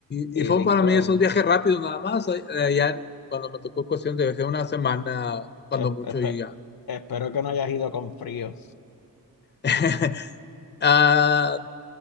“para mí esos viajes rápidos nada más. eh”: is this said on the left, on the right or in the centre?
Left